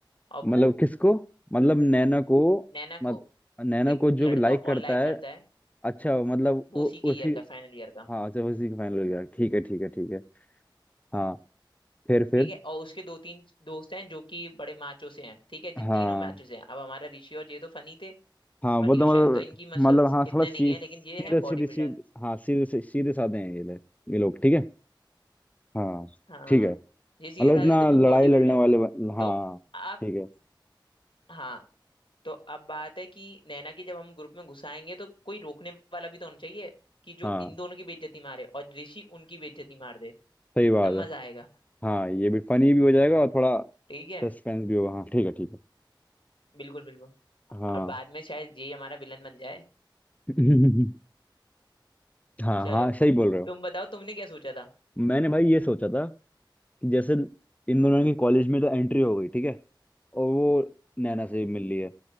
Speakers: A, on the left; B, on the left.
A: और
B: मतलब
A: वो
B: किसको मतलब नैना को
A: नैना
B: मत
A: को
B: नैना
A: एक
B: को जो
A: लड़का
B: लाइक
A: और
B: करता
A: लाइक
B: है
A: करता है
B: अच्छा मतलब
A: वो
B: वो
A: उसी के ईयर
B: उसी
A: का फाइनल ईयर का
B: हाँ अच्छा उसी का फाइनल हो गया ठीक है ठीक है ठीक है हाँ फिर फिर
A: ठीक है और उसके दो तीन दोस्त हैं जो कि बड़े मैचों से हैं ठीक है
B: हाँ
A: ये तीनों मैचों से हैं अब हमारा ऋषि और ये तो फनी थे
B: हाँ
A: फनी
B: वो तो
A: और शायद
B: मतलब
A: तो इनकी मसल्स
B: मतलब हाँ
A: इतने
B: थोड़ा सी,
A: नहीं है
B: सीधे
A: लेकिन ये हैं बॉडी
B: सीधे
A: बिल्डर
B: सीधे हाँ सीधे से- सीधे साधे हैं ये लोग ये लोग ठीक है हाँ
A: हाँ
B: ठीक है मतलब
A: ये सीधे साधे
B: इतना
A: तो वो
B: लड़ाई
A: बॉडी
B: लड़ने
A: बिल्डर
B: वाले बन- हाँ
A: तो आप
B: ठीक है
A: हाँ तो अब बात है कि नैना के जब हम ग्रुप में घुसाएंगे तो कोई रोकने वाला भी तो होना चाहिए कि जो
B: हाँ
A: इन दोनों की बेइज्जती मारे और ऋषि उनकी बेइज्जती मार दे
B: सही बात
A: तब
B: है
A: मजा आएगा
B: हाँ ये भी फनी भी हो जाएगा और थोड़ा
A: ठीक है
B: सस्पेंस भी होगा हाँ ठीक है ठीक है
A: बिल्कुल बिल्कुल
B: हाँ
A: और बाद में शायद ये हमारा विलन बन जाए
B: <laughs> हाँ
A: चलो
B: हाँ सही बोल रहे हो
A: तुम बताओ तुमने क्या सोचा था
B: मैंने भाई ये सोचा था कि जैसे इन दोनों की कॉलेज में तो एंट्री हो गई ठीक है और वो नैना से भी मिल रही है